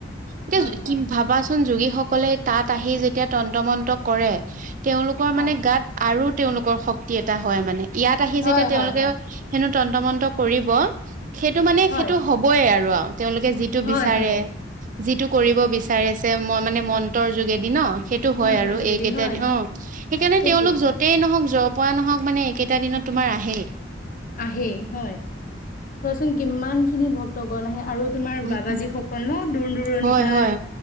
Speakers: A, on the right (about 45°); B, on the left (about 45°).
A: <unintelligible>
B: হয় হয়
A: কি ভাবাচোন যোগীসকলে তাত আহি যেতিয়া তন্ত মন্ত কৰে। তেওঁলোকৰ
B: হয়।
A: মানে গাত আৰু তেওঁলোকৰ শক্তি এটা হয় মানে, ইয়াত আহি
B: হয়
A: যেতিয়া তেওঁলোকে
B: হয় হয়
A: হেনো তন্ত মন্ত কৰিব সেইটো মানে
B: হয়
A: সেইটো হ'বই আৰু আউ তেওঁলোকে যিটো
B: হয়
A: বিচাৰে
B: হয়
A: যিটো কৰিব। বিচাৰিছে মই মানে মন্ত্ৰৰ যোগেদি ন? সেইটো হয়
B: মন্ত্ৰৰ
A: আৰু
B: যোগেদি
A: এইকেইটা
B: হয়
A: দিন অ, সেইকাৰণে
B: সেইটোৱে।
A: তেওঁলোক যতেই নহওঁক য' পৰা নহওঁক মানে এইকেইটা দিনত তোমাৰ আহেই
B: আহেই হয়। চোৱাচোন কিমান খিনি ভক্তগণ আহে। আৰু তোমাৰ
A: উম
B: বাবাজী সকল ন? দূৰ দূৰণিৰ
A: হয়
B: পা,
A: হয়